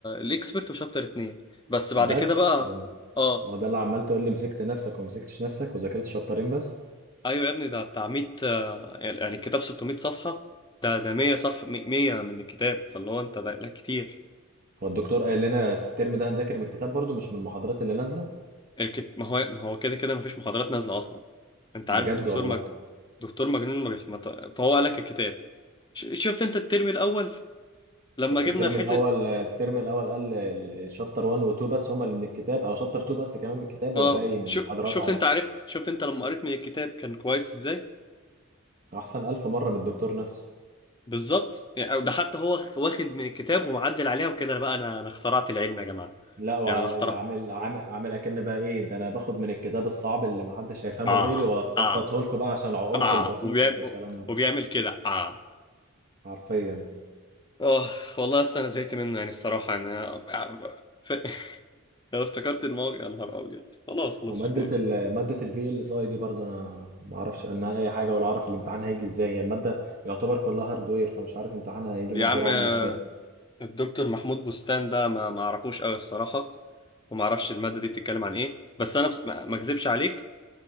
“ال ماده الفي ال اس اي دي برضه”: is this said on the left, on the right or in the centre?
Right